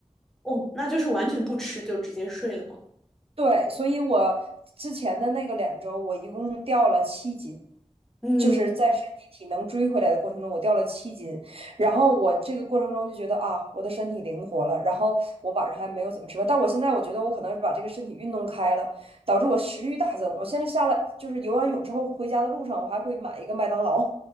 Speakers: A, in the centre; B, on the right (about 55°).
A: 哦，那就是完全不吃就直接睡了吗？
B: 对，所以我之前的那个两周，我一共掉了七斤，
A: 嗯
B: 就是在身体体能追回来的过程中，我掉了七斤。然后我这个过程中就觉得啊，我的身体灵活了。然后我晚上还没有怎么吃饭，但我现在我觉得我可能是把这个身体运动开了，导致我食欲大增。我现在下来就是游完泳之后回家的路上，我还会买一个麦当劳，